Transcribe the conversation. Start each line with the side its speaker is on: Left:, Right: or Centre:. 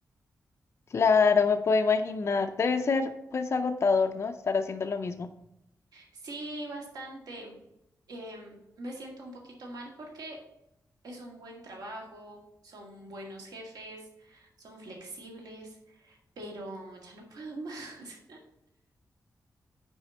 Left: claro, me puedo imaginar, debe ser pues agotador, ¿no? Estar haciendo lo mismo.
Right: Sí, bastante. Em, me siento un poquito mal porque es un buen trabajo, son buenos jefes, son flexibles, pero ya no puedo más. <laughs>